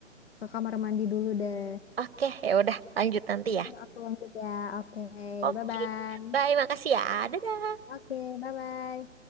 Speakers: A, on the left; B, on the right.
A: Ke kamar mandi dulu deh.
B: Oke, ya udah lanjut nanti ya.
A: Ntar aku lanjut ya. Oke,
B: Oke,
A: bye-bye.
B: bye, makasih ya, dadah.
A: Oke, bye-bye.